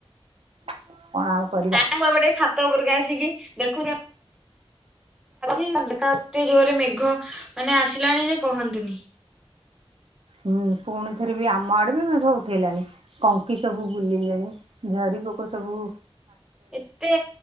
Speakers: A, on the right; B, in the centre.
A: କଣ ଆଉ କରିବା
B: ନାଇଁ ମୁଁ ଏବେ ଟିକେ ଛାତ ଛାତ ଉପରକୁ ଆସିକି ଦେଖୁଚି। <inaudible> ଏତେ ଜୋରରେ ମେଘ ମାନେ ଆସିଲାଣିଯେ କହନ୍ତୁନି।
A: ହୁଁ ପୁଣି ଥରେବି ଆମ ଆଡେବି ମେଘ ଉଠେଲାଣି କଙ୍କି ସବୁ ବୁଲିଲେଣି ଝରି ପୋକସବୁ
B: ଏତେ